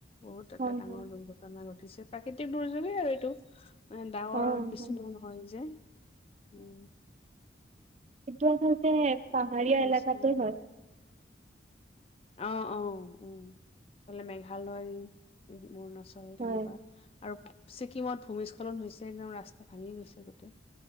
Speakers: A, on the left; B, on the right.
A: বহুত এটা
B: হয়
A: ডাঙৰ
B: হয়
A: দুৰ্ঘটনা ঘটিছে। প্ৰাকৃতিক দুৰ্যোগেই আৰু এইটো। এ ডাৱৰ
B: অ',
A: বেছি দূৰ নহয় যে, উম।
B: সেইটো আচলতে পাহাৰীয়া
A: তেনে হৈছে
B: এলেকাতো
A: আৰু।
B: হয়।
A: অ- অ- উম, সেইফালে মেঘালয় অৰুণাচল
B: হয়।
A: তেনেকুৱা আৰু ছিকিমত ভূমিস্খলন হৈছে। একদম ৰাস্তা ভাঙি গৈছে গোটেই।